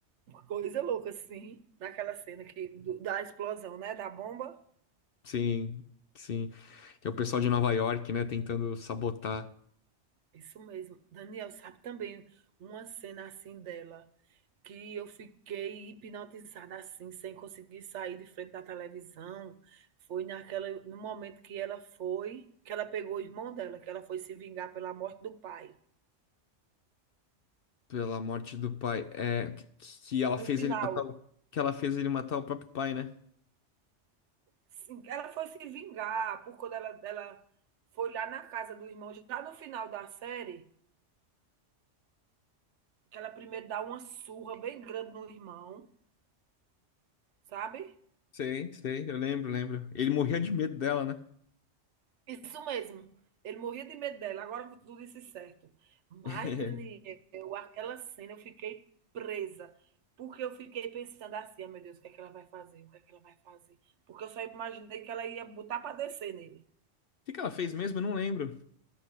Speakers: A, on the right; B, on the left.
A: Coisa louca, sim, daquela cena que, do- da explosão, né? Da bomba.
B: Sim, sim. Que é o pessoal de Nova York, né, tentando sabotar.
A: Isso mesmo. Daniel sabe também uma cena assim dela, que eu fiquei hipnotizada assim, sem conseguir sair de frente da televisão. Foi naquela, no momento que ela foi, que ela pegou o irmão dela, que ela foi se vingar pela morte do pai.
B: Pela morte do pai. É, que que ela
A: No
B: fez
A: final,
B: ele matar o, que ela fez ele matar o próprio pai, né?
A: sim, ela foi se vingar por quando ela, ela foi lá na casa do irmão, já no final da série. que ela primeiro dá uma surra bem grande no irmão, sabe?
B: Sei, sei, eu lembro, lembro. Ele morria de medo dela, né?
A: Isso mesmo. Ele morria de medo dela, agora tu disse certo. Mas,
B: <laughs>
A: Daniel, aquela cena eu fiquei presa, porque eu fiquei pensando assim, ah, meu Deus, o que é que ela vai fazer? O que é que ela vai fazer? Porque eu só imaginei que ela ia botar para descer nele.
B: O que que ela fez mesmo? Eu não lembro.